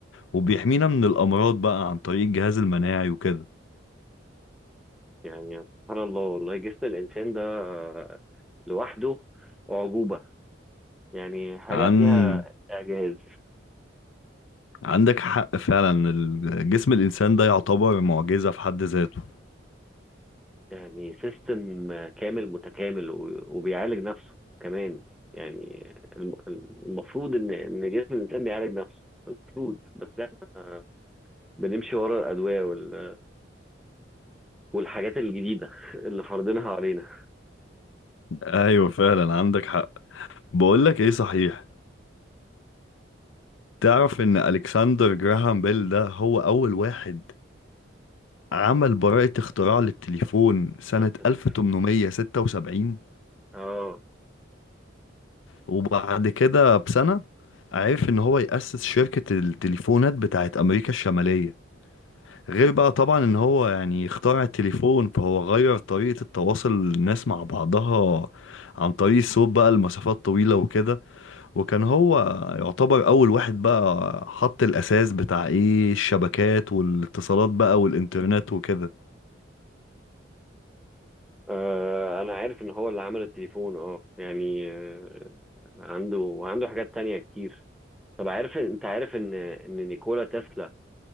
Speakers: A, on the left (about 85°); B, in the centre.
A: وبيحمينا من الأمراض بقى عن طريق الجهاز المناعي وكده
B: يعني سبحان الله والله جسم الانسان ده آه، لوحده اعجوبه يعني حاجه
A: عن
B: فيها اعجاز
A: عندك حق فعلا ال- جسم الإنسان ده يعتبر معجزة في حد ذاته
B: يعني سيستم كامل متكامل و- وبيعالج نفسه كمان يعني الم- المفروض ان ان جسم الانسان بيعالج نفسه المفروض بس احنا بنمشي ورا الادويه وال- والحاجات الجديده اللي فرضينها علينا
A: أيوة فعلا عندك حق بقولك إيه صحيح تعرف إن ألكسندر جراهام بيل ده هو أول واحد عمل براءة اختراع للتليفون سنة
B: بالظبط، التليفون.
A: 1876
B: اه
A: وبعد كده بسنة عرف إن هو يأسس شركة التليفونات بتاعت أمريكا الشمالية غير بقى طبعا ان هو يعني اخترع التليفون فهو غير طريقة التواصل الناس مع بعضها عن طريق الصوت بقى لمسافات طويلة وكده وكان هو يعتبر اول واحد بقى حط الاساس بتاع ايه الشبكات والاتصالات بقى والانترنت وكده
B: آه، انا عارف ان هو اللي عمل التليفون اه يعني آه، عنده وعنده حاجات تانية كتير طب عارف انت عارف ان ان نيكولا تسلا